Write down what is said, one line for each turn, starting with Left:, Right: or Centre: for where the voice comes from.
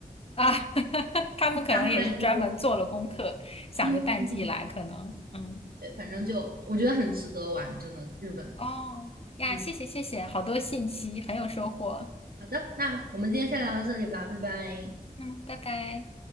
Left: 啊，<laughs> 他们可能也是专门做了功课，
Right: <laughs> 差太多了。
Left: 想着淡季来，
Right: 对对
Left: 可能嗯
Right: 对，反正就我觉得很值得玩，真的，日本。
Left: 哦呀，
Right: 嗯，
Left: 谢谢谢谢，好多信息，很有收获。
Right: 好的，那我们今天先聊到这里吧，拜拜。
Left: 嗯，拜拜。